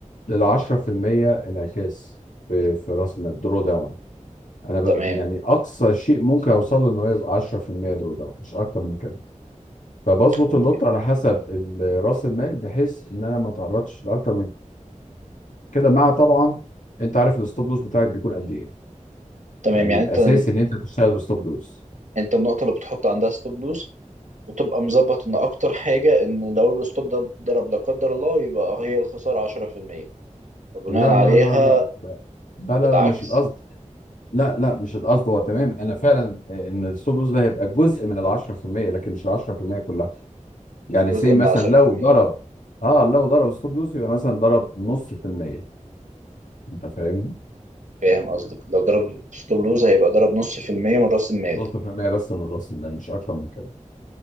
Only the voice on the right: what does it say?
تمام
حلو
جدا
تمام
يعني انت
انت النقطه اللي بتحط عندها ستوب لوز وتبقى مظبط ان اكتر حاجه ان لو الستوب ده ضرب لا قدر الله يبقى هي الخساره 10% فبناء
عليها
العكس
جزء
من 10%
فاهم قصدك لو ضرب ستوب لوز هيبقى ضرب نص في المية من راس المال